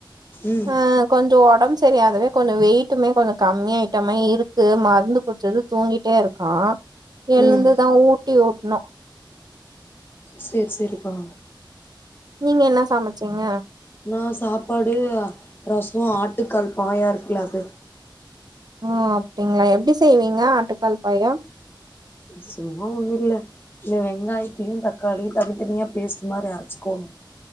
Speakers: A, on the left; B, on the right.
A: ம்
B: அ கொஞ்சோ ஒடம் சரியாதவே கொஞ்சோ வெயிட்டுமே கொஞ்சோ கம்மியாயிட்டமே இருக்கு மருந்து குட்ச்சது தூங்கிட்டே இருக்கா எழுந்துதா
A: ம்
B: ஊட்டி உட்ணு
A: செர் செரிப்பா
B: நீங்க என்ன சமச்சீங்க
A: நா சாப்பாடு ரசோ ஆட்டுக்கால் பாயா இருக்குல அது
B: ஒ அப்டிங்ளா எப்டி செ ய்வீங்க ஆட்டுக்கால் பாயா
A: சும்மா ஒண்ணு இல்ல இல்ல வெங்காயத்தையு தக்காளியு தனித்தனியா பேஸ்ட் மாரி அரைச்சிக்கோங்